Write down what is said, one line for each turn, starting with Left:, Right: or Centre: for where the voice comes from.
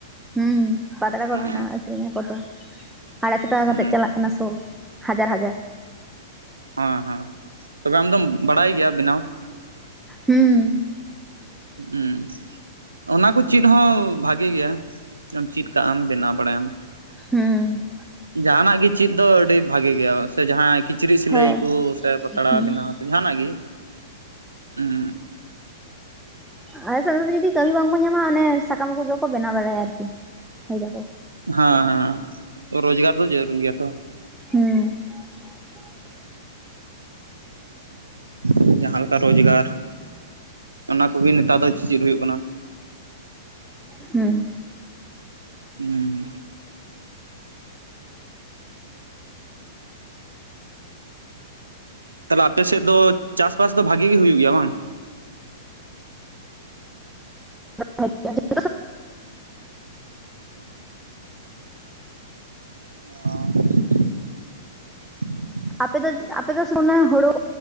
Centre: ᱦᱩᱸ ᱯᱟᱛᱲᱟ
Right: ᱦᱮᱸ
Centre: ᱠᱚ ᱵᱮᱱᱟᱜᱼᱟ᱾ ᱟᱠᱷᱨᱤᱧ ᱟᱠᱚ ᱛᱚ᱾ ᱟᱲᱟᱭ ᱥᱚ ᱴᱟᱠᱟ
Right: ᱦᱩᱸ
Centre: ᱠᱟᱛᱮᱫ ᱪᱟᱞᱟᱜ ᱠᱟᱱᱟ ᱥᱚ ᱦᱟᱡᱟᱨ ᱦᱟᱡᱟᱨ
Right: ᱚ ᱦᱮᱸ ᱦᱮᱸ ᱛᱚᱵᱮ ᱟᱢ ᱫᱚᱢ ᱵᱟᱲᱟᱭ ᱜᱮᱭᱟ ᱵᱮᱱᱟᱣ?
Centre: ᱦᱩᱸ
Right: ᱦᱩᱸ ᱚᱱᱟ ᱠᱚ ᱪᱤᱫ ᱦᱚᱸ ᱵᱷᱟᱜᱮ ᱜᱮᱭᱟ ᱾ ᱪᱤᱫ ᱠᱟᱜ ᱟᱢ ᱵᱮᱱᱟᱣ ᱵᱟᱲᱟᱭ ᱟᱢ᱾
Centre: ᱦᱩᱸ
Right: ᱡᱟᱦᱟᱱᱟᱜ ᱜᱮ ᱪᱤᱫ ᱫᱚ ᱟᱹᱰᱤ ᱵᱷᱟᱜᱮ ᱜᱮᱭᱟ ᱥᱮ ᱡᱟᱦᱟᱸ ᱠᱤᱪᱨᱤᱡ ᱥᱤᱞᱟᱹᱭ
Centre: ᱦᱮᱸ
Right: ᱠᱚ ᱥᱮ ᱯᱟᱛᱲᱟ
Centre: ᱦᱩᱸ
Right: ᱵᱮᱱᱟᱣ ᱡᱟᱦᱟᱱᱟᱜ ᱜᱮ ᱩᱸ
Centre: ᱟᱞᱮ ᱥᱮᱫ ᱫᱚ ᱡᱩᱫᱤ ᱠᱟᱹᱢᱤ ᱵᱟᱝ ᱠᱚ ᱧᱟᱢᱟ ᱚᱱᱮ ᱥᱟᱠᱟᱢ ᱠᱚᱫᱚ ᱠᱚ ᱵᱮᱱᱟᱣ ᱵᱟᱲᱟᱭᱟ ᱟᱨ ᱠᱤ ᱦᱮᱡ ᱟᱠᱚ᱾
Right: ᱦᱮᱸ ᱦᱮᱸ ᱨᱳᱡᱜᱟᱨ ᱫᱚ ᱡᱟᱹᱨᱩᱨ ᱜᱮᱭᱟ ᱛᱚ᱾
Centre: ᱦᱩᱸ <unintelligible>
Right: ᱦᱩᱸ ᱡᱟᱦᱟᱸ ᱞᱮᱠᱟ ᱨᱳᱡᱜᱟᱨ ᱚᱱᱟ ᱠᱚᱜᱮ ᱱᱮᱛᱟᱨ ᱫᱚ ᱪᱮᱫ ᱦᱩᱭᱩᱜ ᱠᱟᱱᱟ᱾
Centre: ᱦᱩᱸ
Right: ᱦᱩᱸ ᱛᱟᱦᱚᱞᱮ ᱟᱯᱮ ᱥᱮᱫ ᱫᱚ ᱪᱟᱥᱵᱟᱥ ᱫᱚ ᱵᱷᱟᱜᱮ ᱜᱮ ᱦᱩᱭᱩᱜ ᱜᱮᱭᱟ ᱵᱟᱝ?
Centre: ᱟᱪᱪᱷᱟ <unintelligible>
Right: ᱚ
Centre: ᱟᱯᱮ ᱫᱚ ᱟᱯᱮᱫᱚ ᱥᱩᱱᱩᱱᱟ <inaudible> ᱦᱳᱲᱳ,